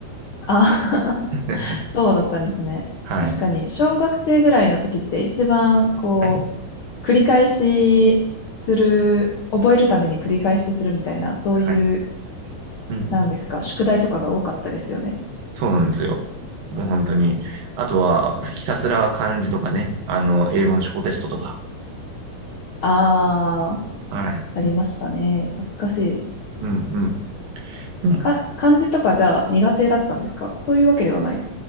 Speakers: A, on the left; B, on the right.
A: ああ
B: <laughs>
A: <laughs> そうだったんですね。
B: はい。
A: 確かに、小学生ぐらいの時って一番、こ
B: はい。
A: う、繰り返しする、覚えるために繰り返しするみたいな、そういう、
B: はい。うん。
A: なんですか、宿題とかが多かったですよね。
B: そうなんですよ。もう本当に。あとは、ひたすら漢字とかね、あの、英語の小テストとか。
A: ああ、
B: はい。
A: ありましたね。懐かしい。
B: うんうん。でも、
A: か、漢字とかじゃあ苦手だったんですかそういうわけではない。